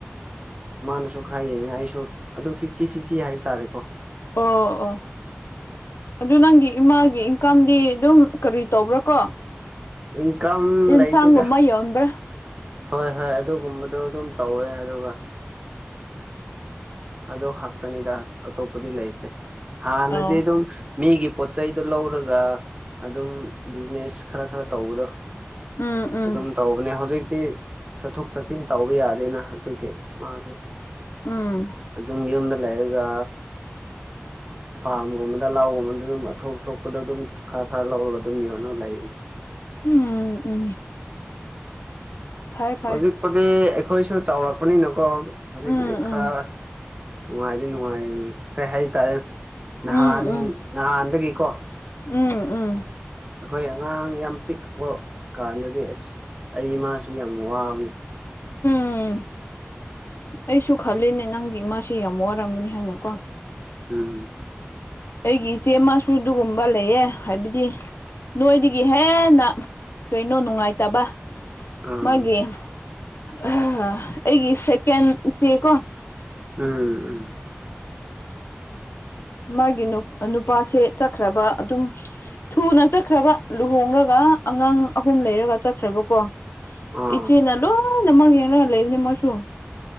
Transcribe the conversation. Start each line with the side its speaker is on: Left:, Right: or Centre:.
Right: ꯃꯥꯅꯁꯨ ꯈꯔ ꯌꯦꯡꯉ ꯑꯩꯁꯨ ꯑꯗꯨ ꯐꯤꯐꯇꯤ ꯐꯤꯐꯇꯤ ꯍꯥꯏ ꯇꯥꯔꯦꯀꯣ
Left: ꯑꯣ ꯑꯣ ꯑꯗꯨ ꯅꯪꯒꯤ ꯏꯃꯥꯒꯤ ꯏꯟꯀꯥꯝꯗꯤ ꯑꯗꯨꯝ ꯀꯔꯤ ꯇꯧꯕ꯭ꯔꯥ ꯀꯣ
Right: ꯏꯟꯀꯝ
Left: ꯏꯟ
Right: ꯂꯩꯇꯦꯗ
Left: ꯁꯒꯣ ꯃꯌꯥ ꯑꯣꯟꯕ꯭ꯔꯥ
Right: ꯍꯣꯏ ꯍꯣꯏ ꯑꯗꯨꯒꯨꯝꯕꯗꯣ ꯑꯗꯨꯝ ꯇꯧꯋꯦ ꯑꯗꯨꯒ ꯑꯗꯣ ꯈꯥꯛꯛꯇꯅꯤꯗ ꯑꯇꯣꯞꯄꯗꯤ ꯂꯩꯇꯦ ꯍꯥꯟꯅꯗꯤ
Left: ꯑꯣ
Right: ꯑꯗꯨꯝ ꯃꯤꯒꯤ ꯄꯣꯠ ꯆꯩꯗꯨ ꯂꯧꯔꯒ ꯑꯗꯨꯝ ꯕꯤꯖꯤꯅꯦꯁ ꯈꯔ ꯈꯔ ꯇꯧꯕꯗꯣ
Left: ꯎꯝ ꯎꯝ
Right: ꯑꯗꯨꯝ ꯇꯧꯕꯅꯦ ꯍꯧꯖꯤꯛꯇꯤ ꯆꯠꯊꯣꯛ ꯆꯠꯁꯤꯟ ꯇꯧꯕ ꯌꯥꯗꯦꯅ ꯑꯗꯨꯒꯤ ꯃꯥꯁ
Left: ꯎꯝ
Right: ꯑꯗꯨꯝ ꯌꯨꯝꯗ ꯂꯩꯑꯒ ꯐꯥꯔꯝꯒꯨꯝꯕꯗ ꯂꯥꯎꯒꯨꯝꯕꯗ ꯑꯗꯨꯝ ꯑꯊꯣꯞ ꯑ ꯊꯣꯛꯄꯗ ꯑꯗꯨꯝ ꯈꯔ ꯈꯔ ꯂꯧꯔꯒ ꯑꯗꯨꯝ ꯌꯣꯟꯅ ꯂꯩ
Left: ꯎꯝ ꯎꯝ ꯐꯩ ꯐꯩ
Right: ꯍꯧꯖꯤꯛꯄꯨꯗꯤ ꯑꯩꯈꯣꯏꯁꯨ ꯆꯥꯎꯔꯛꯄꯅꯤꯅꯀꯣ ꯍꯧꯖꯤꯛꯄꯗꯤ
Left: ꯎꯝ ꯎꯝ
Right: ꯈꯔ ꯎ ꯑꯗꯨ ꯅꯨꯡꯉꯥꯏꯌꯦ ꯀꯩ ꯍꯥꯏꯇꯥꯔꯦ ꯅꯍꯥꯟ
Left: ꯎꯝ ꯎꯝ
Right: ꯅꯍꯥꯟꯗꯒꯤꯀꯣ
Left: ꯎꯝ ꯎꯝ
Right: ꯑꯩꯈꯣꯏ ꯑꯉꯥꯡ ꯌꯥꯝ ꯄꯤꯛꯄ ꯀꯥꯟꯗꯗꯤ ꯑꯁ ꯑꯩ ꯏꯃꯥꯁꯤ ꯌꯥꯝ ꯋꯥꯕꯅꯤ
Left: ꯎꯝ ꯑꯩꯁꯨ ꯈꯜꯂꯤꯅꯦ ꯅꯪꯒꯤ ꯏꯃꯥꯥꯁꯦ ꯌꯥꯝ ꯋꯥꯔꯝꯒꯅꯤ ꯍꯥꯏꯅꯀꯣ
Right: ꯎꯝ
Left: ꯑꯩꯒꯤ ꯏꯆꯦ ꯃꯁꯨ ꯑꯗꯨꯒꯨꯝꯕ ꯂꯩꯌꯦ ꯍꯥꯏꯕꯗꯤ ꯅꯣꯏꯗꯒꯤ ꯍꯦꯟꯅ ꯀꯩꯅꯣ ꯅꯨꯡꯉꯥꯏꯇꯕ
Right: ꯑꯥ
Left: ꯃꯥꯒꯤꯦ ꯑ ꯑꯩꯒꯤ ꯁꯦꯀꯦꯟ ꯏ ꯆꯦꯀꯣ
Right: ꯎꯝ ꯎꯝ
Left: ꯃꯥꯒꯤ ꯅꯨꯄꯥꯁꯦ ꯆꯠꯈ꯭ꯔꯕ ꯑꯗꯨꯝ ꯊꯨꯅ ꯆꯠꯈ꯭ꯔꯕ ꯂꯨꯍꯣꯡꯔꯒ ꯑꯉꯥꯡ ꯑꯍꯨꯝ ꯂꯩꯔꯒ ꯆꯠꯈ꯭ꯔꯦꯕꯀꯣ
Right: ꯑꯥ
Left: ꯏꯆꯦꯗꯣ ꯍꯣꯏ ꯅꯃꯛ ꯌꯦꯡꯅ ꯂꯩꯕꯅꯤ ꯃꯣꯏꯁꯨ